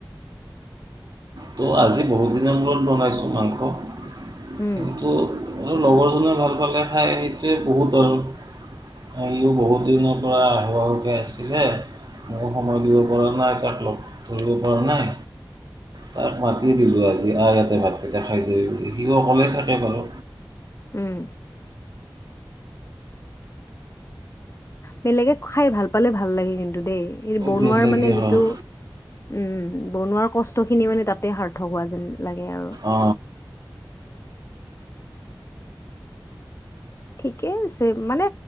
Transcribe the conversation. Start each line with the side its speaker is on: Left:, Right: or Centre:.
Right: ত' আজি বহুত দিনৰ মূৰত বনাইছোঁ মাংস
Left: উম,
Right: কিন্তু আৰু লগৰজনে ভাল পালে খাই সেইটোৱে বহুত আৰু ইিও বহুত দিনৰ পৰা আহো আহোকে আছিলে মইও সময় দিব পৰা নাই তাক লগ ধৰিব পৰা নাই। তাক মাতি দিলোঁ আজি আ ইয়াতে ভাতকেইটা খাই যাবি বুলি সিও অকলেই থাকে বাৰু।
Left: উম। বেলেগে খাই ভাল পালে ভাল লাগে কিন্তু দেই। এই বনোৱাৰ
Right: বেলেগে
Left: মানে যিটো
Right: হওক
Left: উম বনোৱাৰ কষ্ট খিনি মানে তাতে সাৰ্থক হোৱা যেন লাগে। আৰু।
Right: অ।
Left: ঠিকে আছে মানে